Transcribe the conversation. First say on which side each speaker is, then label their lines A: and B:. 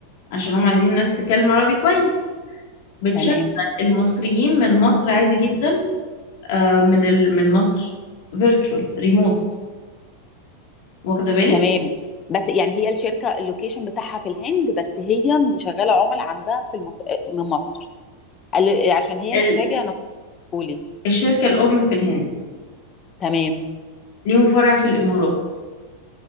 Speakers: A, on the left; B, on the left.
A: عشان هم عايزين ناس تتكلم عربي كويس بتشغل
B: تمام
A: المصريين من مصر عادي جدا آه، من ال... من مصر فيرتشوال ريموت واخدة بالك
B: تمام بس يعني هي الشركة اللوكيشن بتاعها في الهند بس هي مشغلة عملاء عندها في المص... من مصر قال- عشان هي
A: ال...
B: محتاجة انا قولي
A: الشركة الأم في الهند
B: تمام
A: ليهم فرع في الإمارات